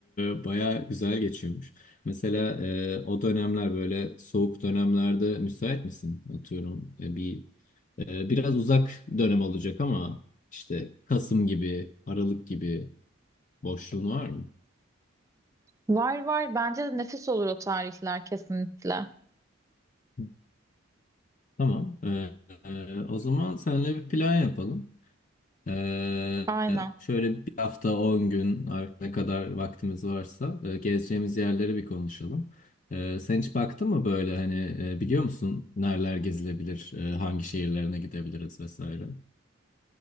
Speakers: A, on the left (about 40°); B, on the right (about 15°).
A: e, baya güzel geçiyormuş. Mesela e, o dönemler böyle soğuk dönemlerde müsait misin? Atıyorum e, bir e, biraz uzak dönem olacak ama işte Kasım gibi, Aralık gibi boşluğun var
B: Var var. Bence de nefis olur o tarihler kesinlikle.
A: mı? Tamam. Ee, e, o zaman seninle bir plan yapalım. Ee,
B: Aynen.
A: şöyle bir hafta 10 gün artık ne kadar vaktimiz varsa e, gezeceğimiz yerleri bir konuşalım. Ee, sen hiç baktın mı böyle hani e, biliyor musun nereler gezilebilir, e, hangi şehirlerine gidebiliriz vesaire?